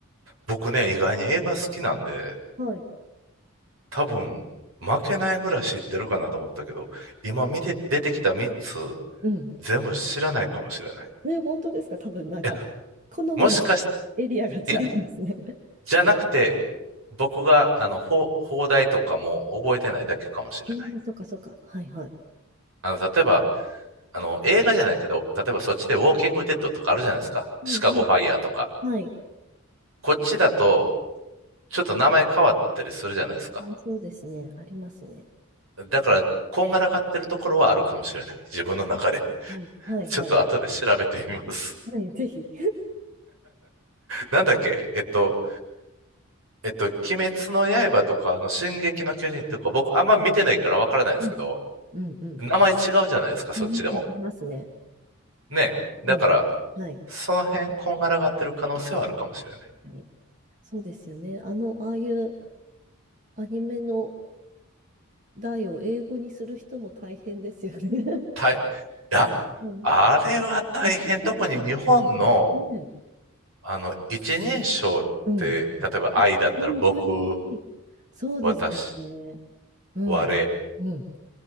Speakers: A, on the right; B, on the right.
A: 僕ね、意外に映画好きなんで、
B: はい。
A: 多分、負けないぐらい知ってるかなと思ったけど、今見て、出てきた3つ、
B: うん。
A: 全部知らないかもしれない。
B: ね、本当ですか多分なんか、
A: いや、
B: 好みの
A: もしかして、
B: エリアが違うんですね。
A: いや、
B: <laughs>
A: じゃなくて、僕が、あの、ほ放題とかも覚えてないだけかもしれない。
B: ああ、そうかそうか。はいはい。
A: あの、例えば、あの、映画じゃないけど、例えばそっちでウォーキングデッドとかあるじゃないですか。
B: うん、
A: シカゴファイヤーとか。
B: はい。はい
A: こっちだと、ちょっと名前変わったりするじゃないですか。
B: あそうですね。ありますね。
A: だから、こんがらがってるところはあるかもしれない。自分の中で。
B: うん。はい、
A: ちょっと後で調べてみます。
B: はい。はい、ぜひ。
A: なんだっけ、えっと、えっと、鬼滅の刃とか、あの、進撃の巨人とか、僕あんま見てないからわからないんですけど、
B: うん。うんうん。
A: 名前違うじゃないですか、そっちでも。
B: 話ありますね。
A: ね。だから、
B: うん。はい。
A: その辺、こんがらがってる可能性はあるかもしれない。
B: はいそうですよね。あの、ああいうアニメの題を英語にする人も大変ですよね。
A: 大、いや、
B: <laughs> うん
A: あれは大変。
B: 日本語でも
A: 特に日本の、
B: ね
A: あの、一人称って、
B: うん。
A: 例えば愛だったら、
B: 本当に、
A: 僕、
B: そうですよね。
A: 私、
B: うん。
A: 我、
B: うん。